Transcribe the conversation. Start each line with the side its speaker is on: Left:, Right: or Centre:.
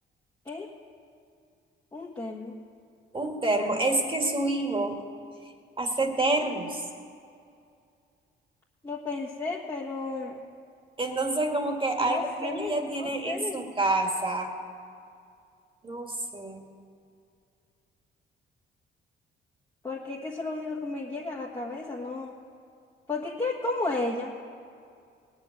Left: ¿Eh? Un termo.
Right: Un termo. Es que su hijo hace termos.
Left: Lo pensé, pero
Right: Entonces, como que algo
Left: no sé,
Right: que ella ya tiene
Left: no sé.
Right: en su casa, no sé.
Left: Porque es que eso es lo único que me llega a la cabeza, ¿no? Porque es que como ella,